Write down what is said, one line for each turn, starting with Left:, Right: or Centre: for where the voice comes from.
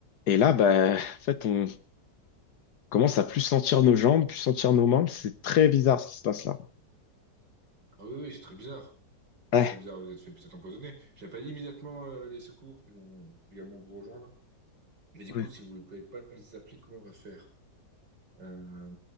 Left: et là, bah, en fait, on commence à plus sentir nos jambes, plus sentir nos mains. C'est très bizarre ce qui se passe là.
Right: Ah oui, oui, c'est très bizarre.
Left: Ouais,
Right: C'est très bizarre, vous êtes fait peut-être empoisonner. J'appelle immédiatement euh, les secours qui vont également vous rejoindre. Mais du
Left: ouais.
Right: coup, si vous ne pouvez pas les appeler, comment on va faire? Euh,